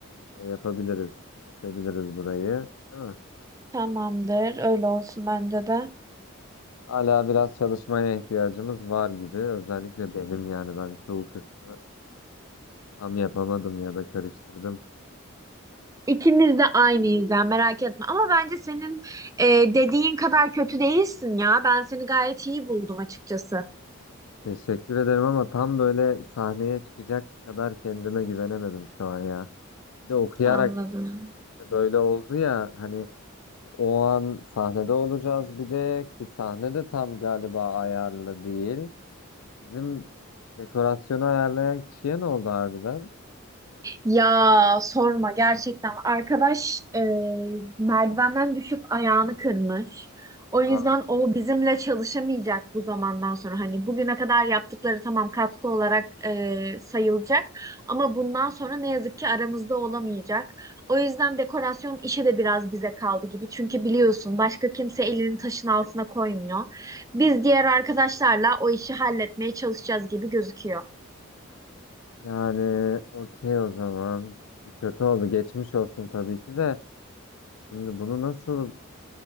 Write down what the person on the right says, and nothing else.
Tamamdır. Öyle olsun bence de.
İkimiz de aynıyız ya merak etme. Ama bence senin e, dediğin kadar kötü değilsin ya. Ben seni gayet iyi buldum açıkçası.
Anladım.
Ya sorma gerçekten arkadaş e, merdivenden düşüp ayağını kırmış. O yüzden
o bizimle çalışamayacak bu zamandan sonra. Hani bugüne kadar yaptıkları tamam katkı olarak e, sayılacak ama bundan sonra ne yazık ki aramızda olamayacak. O yüzden dekorasyon işi de biraz bize kaldı gibi. Çünkü biliyorsun başka kimse elini taşın altına koymuyor. Biz diğer arkadaşlarla o işi halletmeye çalışacağız gibi gözüküyor.